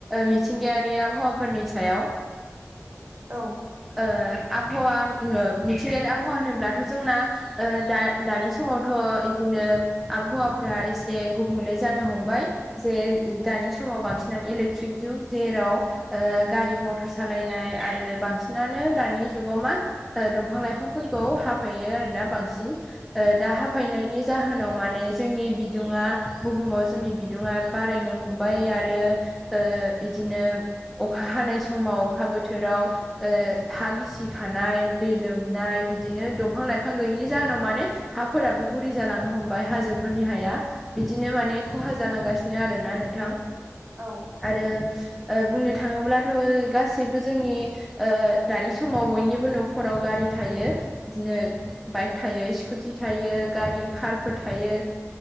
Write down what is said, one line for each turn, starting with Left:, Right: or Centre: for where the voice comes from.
Centre: मिथिंगायारि आबहावाफोरनि सायाव।
Right: औ।
Centre: आबाहावा मिथिंगायारि आबाहावा होनोब्लाथ'। जोंना द दानि समावथ' बिदिनो आबहावाफ एसे गुबुंले जानो हमबाय। जे दानि समाव बांसिनानो इलेक्ट्रिक जुग जेरावो ओ गारि मथर सालायनाय आरो बांसिनानो दानि जुगाव मा ओ दंफां लाइफांफोरखौ हाफैयो आरोना बांसिन दा
Right: औ
Centre: हाफायनायनि जाहोनाव माने जोंनि बिदुंङा बुहुमाव जोंनि बिदुंङा बारायनो हमबाय आरो ओ बिदिनो अखा हानाय समाव अखा बोथोराव ओ हा गिसि खानाय दै लोमनाय बिदिनो दं फां लाइफां गैयैनि जाहोनाव माने हाफोराबो गुरै जालांनो हमबाय हाजोफोरनि हाया। बिदिनो माने खहा जालांगासिनो आरोना नोंथां।
Right: औ
Centre: आरो बुंनो थाङोब्लाथ' गासैबो जोंनि ओ दानि समाव बयनिबो न'खराव गारि थायो। बिदिनो बाइक थायो स्कुटि थायो गारि कारफोर थायो।